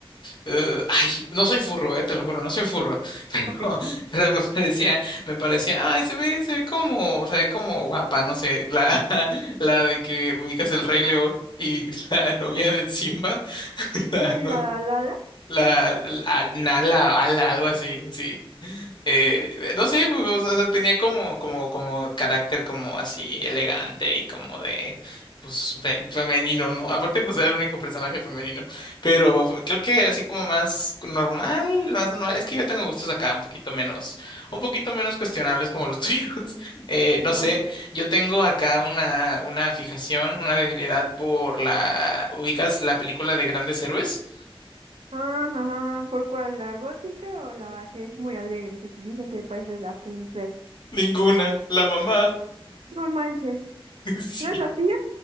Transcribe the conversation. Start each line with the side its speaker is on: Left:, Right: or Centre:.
Left: Eh, ay, no soy furro, eh, te lo juro, no soy furro. <laughs> Pero,
Right: Ok.
Left: pero me parecía, me parecía, ay, se ve, se ve como, se ve como guapa, no sé, la, <laughs> la de que ubicas el Rey León y <laughs> la novia
Right: Ujú.
Left: de Simba, <laughs> la,
Right: Mm,
Left: no,
Right: La la la,
Left: la, la- la- Nala, Ala, algo así, sí. Eh, no sé, pues, o sea, tenía como, como, como carácter como así elegante y como de, pues, fe- femenino, ¿no? Aparte, pues era el único personaje femenino. Pero creo que así como más normal, más normal, es que yo tengo gustos acá un poquito menos, un poquito menos cuestionables como los <laughs> tuyos. Eh,
Right: ah
Left: no
Right: bueno,
Left: sé, yo tengo acá una, una fijación, una debilidad por la, ¿ubicas la película de Grandes Héroes?
Right: ajá, ajá, ¿por cuál? ¿La gótica o la que es muy alegre, que dicen que parece la Rapunzel?
Left: Ninguna, la mamá.
Right: No manches,
Left: <laughs> Sí.
Right: ¿no es la tía?